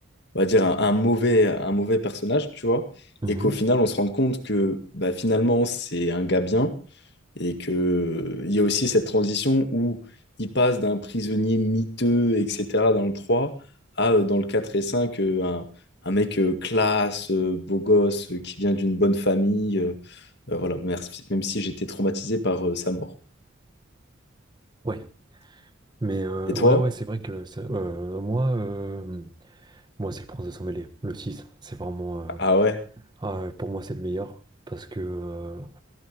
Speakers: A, on the left; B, on the right.
A: on va dire, un, un mauvais, un mauvais personnage, tu vois,
B: Mhm.
A: et qu'au final, on se rende compte que bah, finalement, c'est un gars bien, et que il y a aussi cette transition où il passe d'un prisonnier miteux, etc., dans le 3 à, euh, dans le 4 et 5 euh, un, un mec euh, classe, euh, beau gosse, euh, qui vient d'une bonne famille, euh, ben voilà, merci, même si j'étais traumatisé par euh, sa mort.
B: Ouais. Mais euh,
A: Et toi?
B: ouais, ouais, c'est vrai que ça- euh, moi, euh, moi c'est le Princesse Emmêlée, le six, C'est vraiment. euh,
A: Ah ouais,
B: ah, euh, pour moi, c'est le meilleur. Parce que. euh,